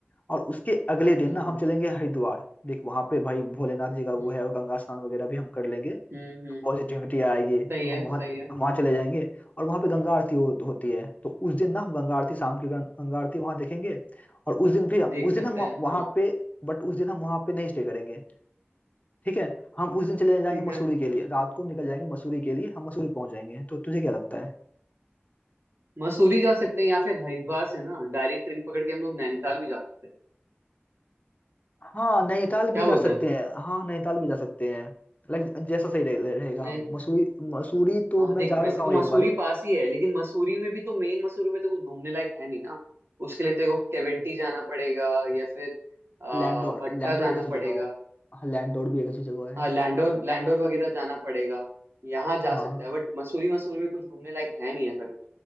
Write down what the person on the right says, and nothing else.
हम्म
हम्म
हम्म
हम्म, हम्म, हम्म,
सही है
सही है
देख सकते
हैं
हाँ
ठीक
है
हम्म।
मसूरी जा सकते हैं या फिर हरिद्वार से ना डायरेक्ट ट्रेन पकड़ के हम लोग नैनीताल भी जा सकते हैं
क्या
बोलता
है तू
नै
हाँ
देख
वैसे
तो
मसूरी
पास ही है लेकिन मसूरी में भी तो मेन मसूरी में तो कुछ घूमने लायक है नहीं ना उसके लिए तेरे को केवेंटी जाना पड़ेगा या फिर आ,
भट्टा
जाना
पड़ेगा
हाँ लैंडोर लैंडोर वगैरह जाना पड़ेगा यहाँ जा
सकता है बट मसूरी मसूरी में कुछ घूमने लायक है नहीं ऐसा कुछ